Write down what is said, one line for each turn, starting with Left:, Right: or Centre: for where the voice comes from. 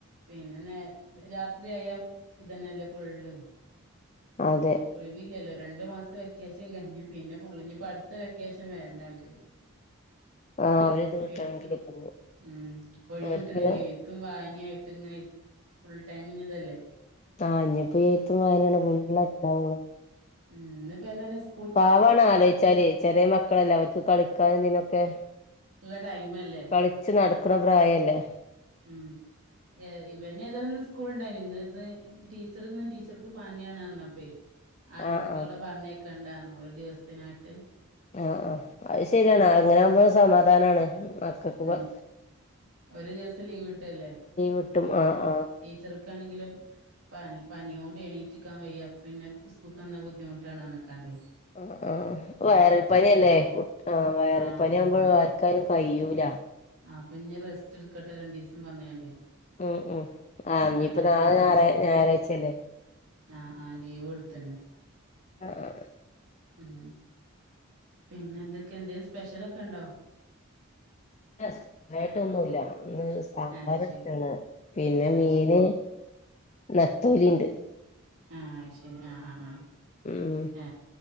Right: പിന്നെ നേ രാത്രി ആയാ ഇതന്നല്ലേ ഫുള്ള്
Left: അതെ
Right: ഒഴിവില്ലല്ലോ രണ്ടു മാസം വെ ക്കേഷൻ കഴിഞ്ഞു പിന്നെ ഫുൾ ഇഞ്ഞിപ്പ അടുത്ത വെക്കേഷൻ വരണം ഓൽക്ക്
Left: ആഹ് ഒരിത് കിട്ടണെങ്കില്
Right: എഴുത്ത്
Left: പിന്നെ
Right: ഉം ഒഴിവ്
Left: അവർക്ക്
Right: കിട്ടണങ്കിൽ എഴു ത്തും വായനയും ആയിട്ട് ഇങ്ങനെ ഫുൾ ടൈം ഇഞ്ഞിതല്ലേ
Left: ആഹ് ഇനിയിപ്പോ എഴുത്തും വായനയും ആണ് ഫുൾ ഉണ്ടാവുക
Right: ഉം ഇന്ന് ഇപ്പൊ ഏതായാലും സ്
Left: പവാണ് ആലോചിച്ചാല് ചെറിയ മക്കളല്ലേ അവർക്ക് കളിക്കാനും ഇതിനൊക്കെ
Right: ഉള്ള ടൈം അല്ലേ
Left: കളിച്ച് നടക്ക്ണ പ്രായല്ലേ
Right: ഉം ഏ ഇവന് ഏതായാലും ഇന്ന് സ്കൂൾ ഉണ്ടായിനി ഇന്ന് ടീച്ചർ ഇന്ന് ടീച്ചർക്ക് പാനിയാണ്ന്ന് പറഞ്ഞപ്പേ ആരും
Left: ആഹ്
Right: കുട്ടികളെ
Left: ആഹ്
Right: പറഞ്ഞ് അയക്കണ്ടാ പറഞ്ഞോ ഒരു ദിവസത്തിനായിട്ട്
Left: ആഹ് ആ അത് ശരിയാണ്
Right: ആഹ്
Left: അങ്ങനെ ആവുമ്പോ സമാധാനമാണ് മക്കൾക്ക്
Right: ഉം
Left: പ
Right: ഒരു ദിവസം ലീവ് കിട്ടല്ലേ
Left: കിട്ടും ആഹ് ആഹ്
Right: ടീച്ചർക്കാണെങ്കില് പ പനിയോണ്ട് എണീച്ചക്കാൻ വയ്യ പിന്നെ സ്കൂൾക്കന്ന ബുദ്ധിമുട്ടാണ് പറഞ്ഞ് കാണ്ട്
Left: ആഹ ആഹ ഇപ്പ വയറൽ പനി അല്ലേ ആഹ വയറൽ
Right: ആഹ്
Left: പനി ആവുമ്പോൾ ആർക്കായാലും കയൂല
Right: ആഹ അപ്പൊഇഞ്ഞ് റസ്റ്റ് ഇടുക്കട്ടെ രണ്ടു ദിവസം പറഞ്ഞാണ്ടേ
Left: ഉം ഉം ആ ഇഞ്ഞപ്പേനാളെ
Right: അങ്ങനെ ഏതായാലും ലീവ്
Left: ഞായ ഞായറാഴ്ചല്ലേ
Right: ആഹ് ആഹ് ലീവ് ഇടത്ത്ണ്
Left: ആഹ
Right: ഉം പിന്നെ എന്തൊക്കെ ണ്ട് സ്പെഷ്യലൊക്കെ ഉണ്ടോ
Left: അയിൻ്റെ ഷം േവട്ട ഒന്നുല്ല സാമ്പാർ
Right: ആഹ് ശരി
Left: അച്ചണ് പിന്നെ
Right: അയ്
Left: മീന്
Right: ശരി
Left: നത്തോലി ഉണ്ട്
Right: ആഹ അയ്ശരി ആ ഹആഹ
Left: ഉം
Right: ഏ